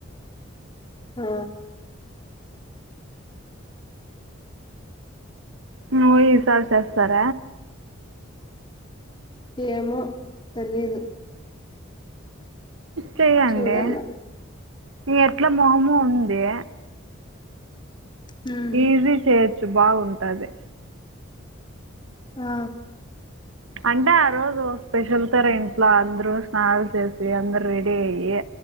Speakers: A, on the left; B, on the right.
A: ఆ
B: నువ్ ఈసారి చేస్తార
A: ఏమో తెలిదు
B: చెయండి
A: చూడాల
B: నీ <unintelligible> ఉందే
A: హ్మ్
B: ఈజీ చేయొచ్చు బాగుంటది
A: ఆ
B: అంటే ఆ రోజు స్పెషల్ తర ఇంట్లో అందరూ స్నానాలు చేసి అందరు రెడీ అయ్యి